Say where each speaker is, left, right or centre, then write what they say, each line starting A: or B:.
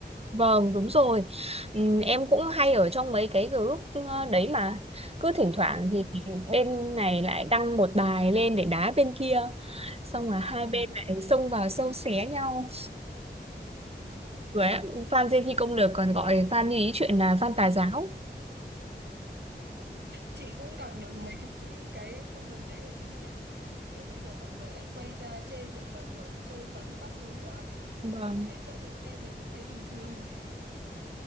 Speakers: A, on the right; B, on the right.
A: Vâng, đúng rồi. Ừm, Em cũng hay ở trong mấy cái group ờ, đấy mà. Cứ thỉnh thoảng
B: Ừ,
A: thì bên này lại đăng một bài lên để đá bên kia. Xong là hai
B: ừ,
A: bên lại xông vào xâu xé nhau.
B: ừ.
A: Rồi ạ, fan Dê Khi Công Lược còn gọi fan như ý chuyện là fan tà giáo.
B: chị cũng đọc được mấy cái cái comment đấy ở trên mạng kiểu bây giờ mọi người lại quay ra chê diễn xuất của Châu Tấn các thứ nữa
A: Vâng.
B: Nên ngày trước mình xem mình cũng thấy bình thường